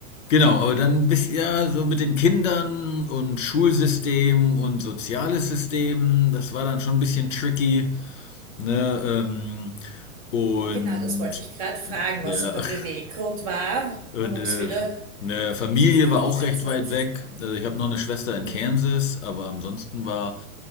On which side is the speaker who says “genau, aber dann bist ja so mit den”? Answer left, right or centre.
Left